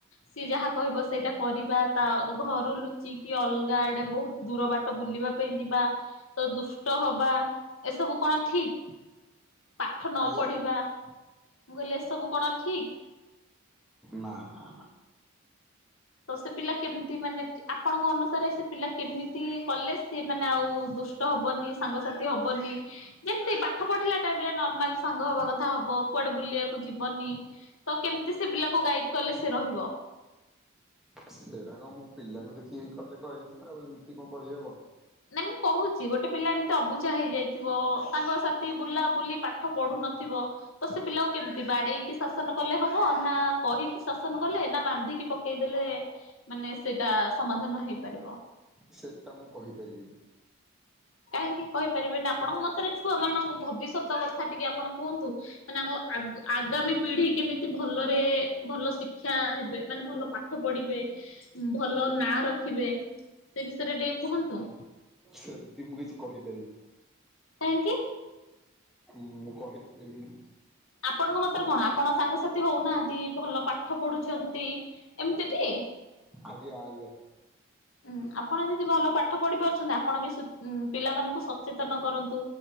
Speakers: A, on the left (about 80°); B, in the centre.
A: ସିଏ ଯାହା କହିବ ସେଇଟା କରିବା ତା ଘରୁ ଲୁଚିକି ଅଲ୍ଗା ଆଡେ ବୋହୁତ୍ ଦୂର ବାଟ ବୁଲିବା। ପାଇଁ ଯିବା ତ ଦୁଷ୍ଟ ହବା ଏସବୁ କଣ ଠିକ୍? ପାଠ ନ
B: ଆଜ୍ଞା
A: ପଢିବା ମୁଁ କହିଲି ଏସବୁ କଣ ଠିକ୍?
B: ମା ମା ମା।
A: ତ ସେ ପିଲା କେମ୍ତି ମାନେ ଆପଣଙ୍କ ଅନୁସାରେ ସେ ପିଲା କେମିତି କଲେ ସିଏ ମାନେ ଆଉ ଦୁ ଷ୍ଟ ହବନି ସାଙ୍ଗସାଥି ହବନି। ଯେମ୍ତି ପାଠ ପଢିଲା ଟାଇମ୍ ରେ ନର୍ମାଲ ସାଙ୍ଗ ହବା କଥା ହବ କୁଆଡେ ବୁଲିବା କୁ ଯିବନି ତ କେମ୍ତି ସେ ପିଲାକୁ ଗାଇଡ୍ କଲେ ସେ ରହିବ।
B: ସେରାକ ମୁଁ ପିଲାଙ୍କୁ ଦେଖିକି କଲେ କହିବୁ ନାଁ ଆଉ ଏମ୍ତି କଣ କହିହବ।
A: ନା ମୁଁ କହୁ ଚି ଗୋଟେ ପିଲା ଏମ୍ତି ଅବୁଝା ହେଇଯାଇଥିବ ସାଙ୍ଗ ସାଥି ବୁଲା ବୁଲି ପାଠ ପଢୁ ନଥିବ। ତ ସେ ପିଲାକୁ କେମ୍ତି ବାଡେଇକି ଶାସନ କଲେ ହବ ନା କହିକି ଶାସନ କଲେ ନା ବାନ୍ଧିକି ପ କେଇଦେଲେ ମାନେ ସେଇଟା ସମାଧାନ ହେଇପାରିବ।
B: ସେଟା ମୁଁ କହିପାରିବିନି।
A: କାହିଁକି କହିପାରିବେନି ଆପଣଙ୍କ ମତରେ ଛୁଆମାନାନଙ୍କ ଭବିଷ୍ୟତ କଥା ଟିକେ ଆପଣ କୁହନ୍ତୁ? ମାନେ ଆମ ଆଗ ଆଗାମୀ ପିଢି କେମିତି ଭଲରେ ଭଲ ଶିକ୍ଷା ହେବେ। ମାନେ ଭଲ ପାଠ ଠ ପଢିବେ ଭଲ ନା ରଖିବେ ସେ ବିଷୟରେ ଟିକେ କୁହନ୍ତୁ?
B: ସେମ୍ତି ମୁଁ କିଛି କହି ପାରି
A: କାହିଁକି।
B: ମୁଁ କହି ଦେବି
A: ଆପଣଙ୍କ ମତରେ କଣ ଆପଣ ସାଙ୍ଗସାଥି ହଉନାହାନ୍ତି ଭଲ ପାଠ ପଢୁଛନ୍ତି ଏମ୍ତି ଟି।
B: ଆଜ୍ଞା ଆଜ୍ଞା।
A: ଉୁଁ ଆପଣ ଯଦି ଭଲ ପାଠ ପଢି ପାରୁଛନ୍ତି ଆପଣ ବିଁ ପିଲାମାନଙ୍କୁ ସ ସଚେତନ କରନ୍ତୁ